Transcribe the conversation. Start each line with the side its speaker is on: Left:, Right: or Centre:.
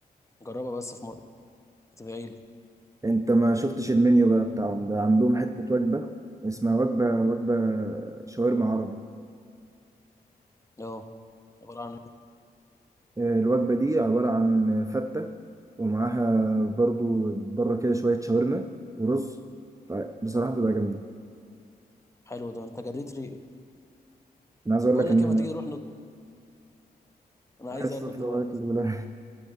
Left: جربها بس في مره هتدعي لي
Right: انت ما شفتش المنيو بقى بتاعهم ده عندهم حتة وجبة اسمها وجبة وجبة شاورما عربي
Left: اه عباره عن ايه
Right: الوجبة دي عبارة عن فتة ومعاها برضو بره كده شوية شاورما ورز بصراحة
Left: اه
Right: بتبقى جامدة
Left: حلو ده انت جريت ريقي
Right: أنا عايز أقول
Left: بقول
Right: لك
Left: لك
Right: إن
Left: ايه ما تيجي نروح نط انا
Right: عايز
Left: عايز اكل
Right: تطلب
Left: دلوقتي
Right: أكل ولا